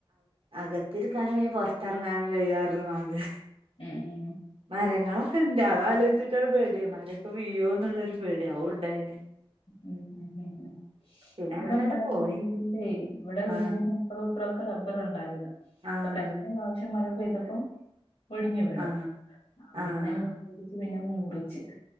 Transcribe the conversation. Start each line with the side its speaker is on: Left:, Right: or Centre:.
Right: അകത്തിരിക്കാനും വെയ്യാ പുറത്തിറങ്ങാനും വെയ്യാ <unintelligible>
Left: ഉം ഉം
Right: മരങ്ങളൊക്കെ ഉണ്ട് അത് ആലോചിച്ചിട്ടാ പേടി മരക്കെ വീയോ എന്നുള്ളൊരു പേടി അതും ഉണ്ടായിന്
Left: ഉ ഉ ഉ ഉ
Right: പിന്നെ
Left: ഇവിടെ
Right: അങ്ങനെട്
Left: ഉണ്ടായിരുന്ന
Right: പോയി
Left: വീടിന്റെ ഇവിടെ
Right: ആഹ്
Left: വീടിന് അപ്പുറവുംഇപ്പറവും ഒക്കെ റബ്ബർണ്ടായിരുന്നു
Right: ആഹ്
Left: അപ്പൊ കഴിഞ്ഞ പ്രാവശ്യം മഴ പെയ്തപ്പം ഒടിഞ്ഞു വീണ്
Right: ആഹ്
Left: ആ
Right: ആഹ്
Left: പിന്നെ അങ് മുറിച്ചു പിന്നെ അങ്ങ് മുറിച്ച്